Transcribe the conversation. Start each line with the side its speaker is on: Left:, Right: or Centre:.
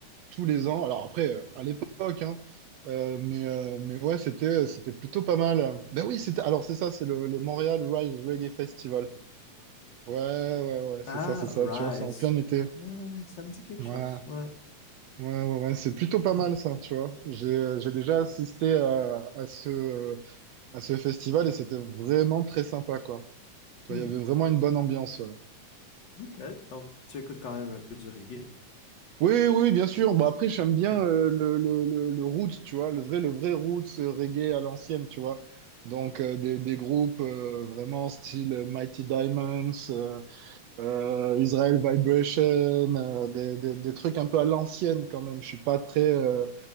Right: tous les ans. Alors après, euh, à l'époque, hein, euh, mais, euh, mais ouais, c'était, c'était plutôt pas mal. Ben oui, c'était, alors c'est ça, c'est le, le Montréal Rise Reggae Festival. Ouais, ouais, ouais, c'est
Left: Ah,
Right: ça, c'est ça.
Left: Rise.
Right: Tu vois, c'est en plein été.
Left: Euh, ça me dit quelque
Right: Ouais,
Left: chose. Ouais.
Right: ouais, ouais, ouais, c'est plutôt pas
Left: Hmm.
Right: mal ça, tu vois. J'ai, euh, j'ai déjà assisté à, à ce, euh, à ce festival et c'était vraiment très sympa, quoi. Tu
Left: Hmm,
Right: vois, il y avait vraiment une bonne ambiance. ouais.
Left: ok. Donc, tu écoutes quand même un peu du reggae.
Right: Oui, oui, bien sûr. Bon, après, j'aime bien
Left: Hmm,
Right: euh, le, le, le, le roots, tu vois, le vrai, le vrai roots euh, reggae à l'ancienne, tu vois. Donc, euh, des, des groupes euh, vraiment style euh, Mighty Diamonds, euh, euh, Israel Vibration, euh, des, des, des trucs un peu à l'ancienne quand même. Je suis pas très, euh,